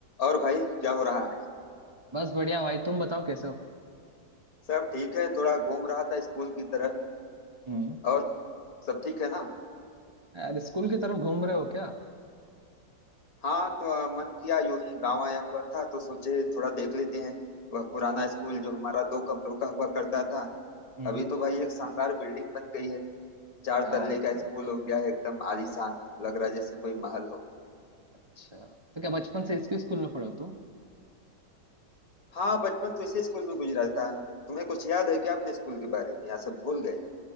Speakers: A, on the left; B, on the right.
A: और भाई क्या हो रहा है
B: बस बढ़िया भाई तुम बताओ कैसे हो
A: सब ठीक है थोड़ा घूम रहा था स्कूल की तरफ
B: हम्म
A: और सब ठीक है ना
B: यार स्कूल की तरफ घूम रहे हो क्या
A: हाँ तो अ, मन किया यूं ही गांव आया हुआ था तो सोचे थोड़ा देख लेते हैं वह पुराना स्कूल जो हमारा दो कमरों का हुआ करता था
B: हम्म
A: अभी तो भाई एक शानदार बिल्डिंग बन गई है चार
B: क्या
A: तल्ले
B: बात
A: का
B: कर रहे
A: स्कूल
B: हो
A: हो गया है एकदम आलीशान लग रहा है जैसे कोई महल हो
B: अच्छा तो क्या बचपन से इसी स्कूल में पढ़े हो तुम
A: हाँ बचपन तो इसी स्कूल में गुजरा था तुम्हें कुछ याद है क्या अपने स्कूल के बारे में या सब भूल गए